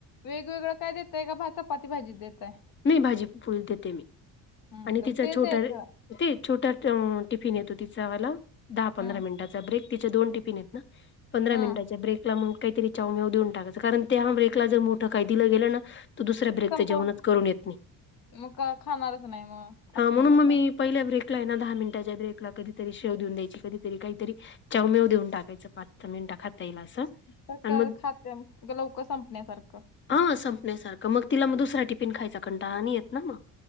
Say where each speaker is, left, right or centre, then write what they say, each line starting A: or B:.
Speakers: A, on the left; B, on the left.
A: वेगवेगळं काय देताय, का चपाती भाजीच देताय?
B: नाही भाजी पोळी देते मी
A: हम्म
B: आणि
A: तर
B: तिचा
A: तेच
B: छोटा
A: द्यायचं
B: ते छोटा अ टिफिन येतो तिचावाल. दहा पंधरा
A: हम्म
B: मिनटात तिचा ब्रेक तिचे दोन टिफीन आहेत ना, पंधरा
A: हम्म
B: मिनिटाच्या ब्रेकला मग काहीतरी च्याऊ म्याऊ देऊन टाकायचं. कारण त्या ब्रेकला जर मोठं काही दिलं गेलं ना, तर दुसऱ्या ब्रेकचं
A: संपवून
B: जेवणच करून येत नाही
A: मग काय खाणारच नाही, मग
B: हा
A: असं
B: म्हणून
A: होणार
B: मग
A: ना.
B: मी पहिल्या ब्रेकला आहे ना दहा मिनटाच्या ब्रेकला कधीतरी शेव देऊन द्यायची. कधीतरी काहीतरी चाऊ म्याऊ देऊन टाकायचं पाच मिनिटं खाता येईल असं.
A: काहीतर
B: आणि मग
A: खाद्य लवकर संपण्यासारखं
B: हा संपण्यासारखं, मग तिला मग दुसरा टिफिन खायचा कंटाळा नाही येत ना मग.